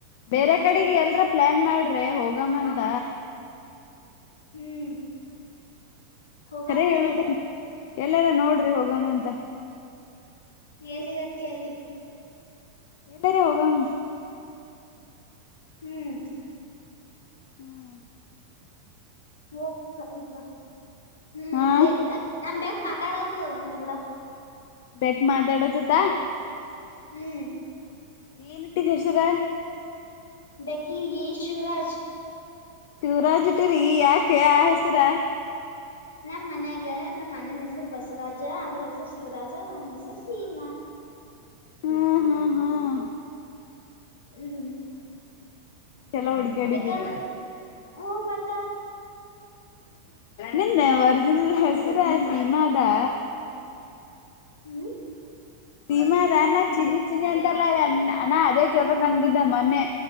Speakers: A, on the left; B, on the left.
A: ಬೇರೆ ಕಡೆಗೆ ಎಲ್ರ ಪ್ಲಾನ್ ಮಾಡ್ರೆ ಹೋಗಮ್ಮ ಅಂತ
B: ಹ್ಮ್ ಹೋಗಾಮಂತು
A: ಖರೆ ಹೇಳುದೀನಿ
B: ಅಲ್ಲ
A: ಎಲ್ಲಾರ ನೋಡ್ರಿ ಹೋಗಮ್ಮ ಅಂತ
B: ಎಲ್ಲಿಗತ್ತ ಅಲ್ಲಿಗೆ
A: ಎಲ್ಲಾರ ಹೋಗಾಮ
B: ಹ್ಮ್
A: ಹ್ಮ್
B: ಹೋಗೋಗ್ ಕತ್ವಾ ಹ್ಮ್
A: ಹಾ
B: ಏನ್ ನಮ್ ಬೇಕ ಮಾತಾಡೋದು ನೀವ್ ಕೂಡ
A: ಬೇಕ ಮಾತಾಡೋ ಜತ
B: ಹ್ಮ್
A: ಏನ ಇಟ್ಟಿದ್ದ ಯಸರ
B: ಬಕಿಗಿ ಶಿವರಾಜ್
A: ಶಿವರ್ ಇಟಿರಿೀ ಯಾಕೆ ಹೆಸರ
B: ನಮ್ಮ್ ಮನ್ಯಾಗ ನಮ್ಮ ಅಣ್ಣನ ಹೆಸರು ಬಸವರಾಜ ಅದ್ರ ಹೆಸರು ಶಿವರಾಜ ನನ್ನ ಹೆಸರು ಸೀಮಾ
A: ಹ್ಮ್ ಹ್ಮ ಹಾ
B: ಹ್ಮ್
A: ಚಲೋ ಹುಡ್ಕ್ಯಾಡಿದ್ದೀರಾ
B: ಯಾಕಂದ ಹ ಮತ್ತ
A: ನನ್ನದ ವರ್ಜಿನಲ್ ಹೆಸರ್ ಅ ಸೀಮದಾ
B: ಹ್ಮ್
A: ಸೀಮಾದ ಅದಾನ ಚಿನ್ನಿ ಚಿನ್ನಿ ಅಂತಲ್ಲ ಅಣ್ಣ ಅದ ಕೇಳ್ಬೇಕ್ ಅಂತಿದ್ದ ಮೊನ್ನೆ